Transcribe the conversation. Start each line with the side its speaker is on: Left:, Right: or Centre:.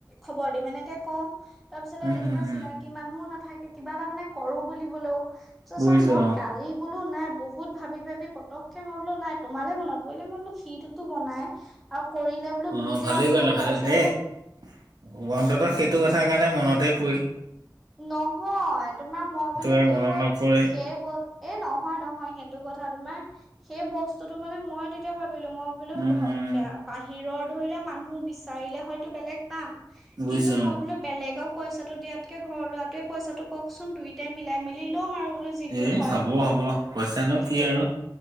Centre: খবৰ দিম এনেকে কওঁ। তাৰ পিছত আৰু
Right: উম
Centre: তেনেকুৱা
Right: উম
Centre: চিনাকি
Right: উম
Centre: মানুহও নাথাকে, কিবা এটা মানে কৰো বুলিবলেও চাচোন
Right: বুজিছো
Centre: মই
Right: অ
Centre: কালি বোলো নাই বহুত ভাবি ভাবি পতকে মই বোলো নাই তোমালে বনাত পৰিলে, মই বোলো সিটোতো বনাই আৰু কৰিলে বোলো
Right: অ
Centre: দুইটাই
Right: ভালেই
Centre: অন্তত
Right: কৰিলা,
Centre: পইচাটো
Right: ভালে কৰিলা এ অন্ততঃ সেইটো ক কথ কাৰণে মনতে পৰি
Centre: নহয়। তোমাৰ মই বোলো
Right: আৰু
Centre: কি
Right: মনত
Centre: হয়,
Right: নপৰে
Centre: সেই ব এ নহয়-নহয় সেইটো কথা তোমাৰ সেই বস্তুটো মানে মই তেতিয়া ভাবিলো, মই বোলো
Right: উম উম
Centre: বাহিৰৰ ধৰি লোৱা মানুহ বিচাৰিলে হয়তো বেলেগ পাম।
Right: বুজিছো
Centre: কিন্তু মই
Right: অ',
Centre: বোলো বেলেগক পইচাটো দিয় কে ঘৰ লৰাটোৱে পইচাটো পাওঁকচোন। দুইটাই মিলাই মেলি ল'ম আৰু যিটো
Right: এ
Centre: হয়।
Right: হ'ব হ'ব পইচানো কি
Centre: সে
Right: আৰু